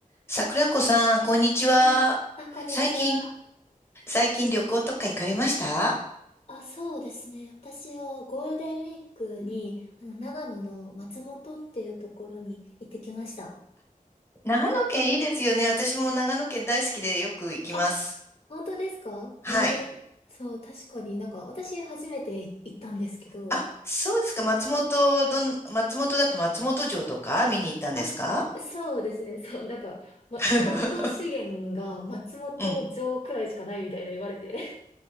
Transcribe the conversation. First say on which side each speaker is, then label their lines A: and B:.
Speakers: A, on the left (about 15°); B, on the left (about 45°).
A: 桜子さん、こんにちは。
B: はい。あ、こんにちは。
A: 最近、最近旅行とか行かれました
B: あ、そうですね。私はゴールデンウィークに、あの、長野の松本っていうところに行ってきました。
A: 長野県いいですよね。私も長野県大好きでよく行きます。
B: あ、本当ですかへえ、
A: はい。
B: そう、確かになんか、私初めて行ったんですけど、
A: あ、そうですか。松本、どん、松本だと松本城とか見に行ったんですか
B: あ、そうですね。そう、なんか、ま、
A: <laughs>
B: 観光資源が松本城くらいしかないみたいな言われて。
A: うん。